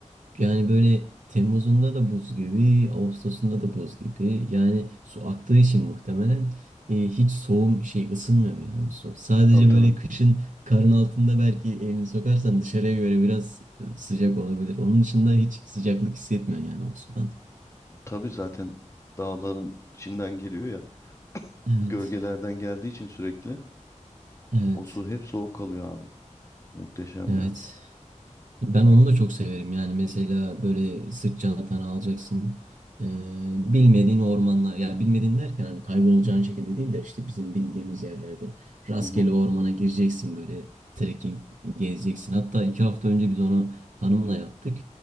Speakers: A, on the right (about 80°); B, on the left (about 20°).
A: Yani böyle Temmuz'unda da buz gibi, Ağustos'unda da buz gibi. Yani su aktığı için muhtemelen e, hiç soğum şey ısınmıyor yani su. Sadece
B: Tabii tabii.
A: böyle kışın karın altında belki elini sokarsan dışarıya göre biraz e, sıcak olabilir. Onun dışında hiç sıcaklık hissetmiyor yani o sudan.
B: Tabii zaten dağların içinden geliyor ya.
A: Evet,
B: Gölgelerden geldiği için sürekli
A: evet,
B: o su hep soğuk kalıyor abi. Muhteşem
A: evet.
B: ya.
A: Ben onu da çok severim. Yani mesela böyle sırt çantanı alacaksın. Ee, bilmediğin ormanlar ya bilmediğin derken hani kaybolacağın şekilde değil de işte bizim bildiğimiz yerlerde rastgele
B: Hı hı.
A: ormana gireceksin böyle trekking gezeceksin. Hatta iki hafta önce biz onu hanımla yaptık.